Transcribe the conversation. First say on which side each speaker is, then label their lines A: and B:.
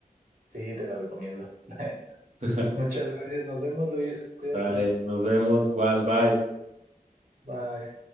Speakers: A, on the right; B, on the right.
A: Sí, te la recomiendo. <laughs>
B: <laughs>
A: Muchas gracias. Nos vemos, Luis. Cuídate.
B: Dale, nos vemos. Igual, bye.
A: Bye.